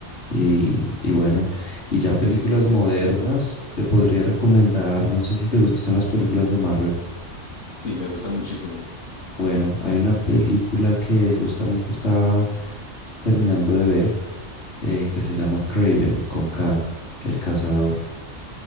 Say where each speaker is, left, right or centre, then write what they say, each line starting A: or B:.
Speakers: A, on the left; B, on the left.
A: y, y bueno. Y ya películas
B: sí, eh,
A: modernas, te podría recomendar, no sé si te gustan las películas de Marvel.
B: sí, me gustan muchísimo.
A: Bueno, hay una película que justamente estaba terminando de ver eh, que se llama Craven con K, El Cazador.